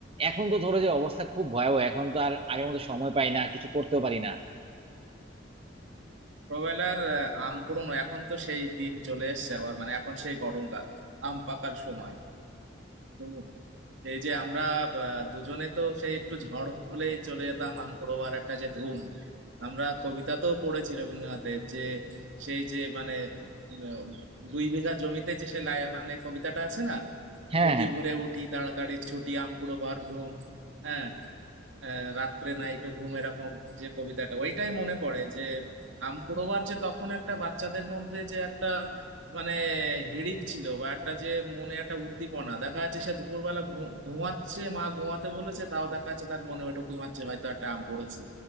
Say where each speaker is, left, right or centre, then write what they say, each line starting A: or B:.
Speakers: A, on the right; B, on the right.
A: এখন তো ধরো যে অবস্থা খুব ভয়াবহ এখন তো আর আগের মতো সময় পাই না কিছু করতেও পারি না
B: ছোটবেলার আহ, আম কুড়োনো এখন তো সেই দিন চলে এসেছে আবার মানে এখন সেই গরমকাল আম পাকার সময় তো এই যে আমরা আহ, দুজনে তো সেই একটু ঝড় হলেই চলে যেতাম আমকুড়োবার একটা যে ধুম আমরা কবিতা তো পড়েছি রবীন্দ্রনাথের যে সেই যে মানে উম, দুই বিঘা জমিতে যে সে লাই- মানে কবিতাটা আছে না
A: হ্যাঁ
B: অতি
A: হ্যাঁ
B: ভোরে উঠি তাড়াতাড়ি ছুটি আম কুড়ো ভর ধুম হ্যাঁ আহ, রাত্রে নাইকো ঘুম এরকম যে কবিতাটা ওইটাই মনে পড়ে যে আমকুড়োবার যে তখন একটা বাচ্চাদের মধ্যে যে একটা মানে হিড়িক ছিল বা একটা যে মনে একটা উদ্দীপনা দেখা যাচ্ছে সে দুপুরবেলা ঘু- ঘুমাচ্ছে মা ঘুমাতে বলেছে তাও দেখা যাচ্ছে তার মনে ওইটা ঘুমাচ্ছে হয়তো একটা আম পড়েছে